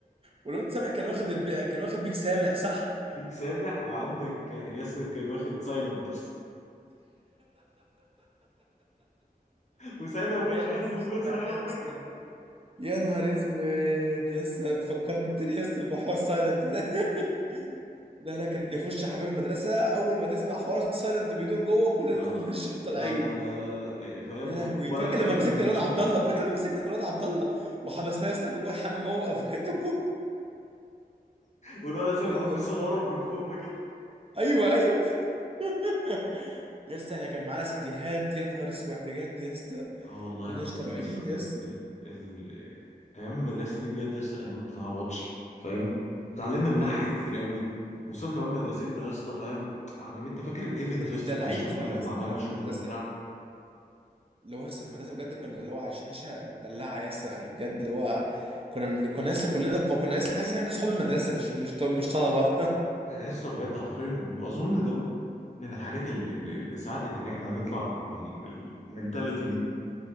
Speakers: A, on the right; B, on the left.
A: والواد سامح كان واخد الب... كان واخد بيك سامح صح
B: بيك سابح وعندك ياسر كان واخد سايلنت <laughs> وساعتها ما
A: يا
B: كانش عايز
A: نهار
B: يلبسها
A: اسود
B: ايوه
A: يا اسطى
B: فاكر
A: يا نهار اسود يا اسطى فكرتني
B: <laughs>
A: يا اسطى بحوار سايلنت ده <laughs> لا لا كان يخش حمام المدرسه اول ما تسمع حوار سايلنت بيدور جوه كلنا
B: آه.
A: نقوم ماشيين وطالعين
B: لا لا لا لا لا يعني فاهم
A: يا لهوي
B: ولا
A: فاكر
B: قنابل
A: لما مسكنا
B: هيروشيما
A: الواد عبد الله فاكر لما مسكنا الواد عبد الله وحبسناه يا اسطى جوه الحمام هو افوكاتو
B: <laughs> والولا سامح
A: <laughs> يا نهار
B: عم بيصورهم
A: اسود.
B: من فوق فاكر
A: ايوه ايوه <laughs> يا اسطى احنا كان معانا سيديهات يا نهار اسود بجد يا اسطى
B: اه والله
A: كناش
B: العظيم
A: طبيعيين
B: يا اسطى بجد
A: يا اسطى
B: ال... ال... ايام المدرسه دي بجد يا اسطى ايام ما بتتعوضش فاهم اتعلمنا
A: وحياة ربنا
B: منها
A: يا
B: حاجات
A: ابني
B: كتير قوي وصلنا كمان مدرستنا يا اسطى فاهم علمتنا فاكر الايفنت
A: كنا متدلعين
B: يا اسطى بتاع الشغل
A: بصراحه
B: لما
A: يا اسطى
B: عملنا
A: بصراحه في
B: شغل
A: المدرسه
B: وبتاع
A: اللي هو لسه في المدرسه بجد كنا اللي هو عايشين عيشه متدلعه يا اسطى يعني بجد اللي هو كنا من... كنا لسه كلنا ب... كنا لسه تحس ان احنا اصحاب المدرسه مش مش ط- مش طلبه <laughs>
B: يا اسطى بجد حرفيا واظن ده من الحاجات ال- ال- اللي ساعدت ان احنا نطلع بالمنتاليتي دي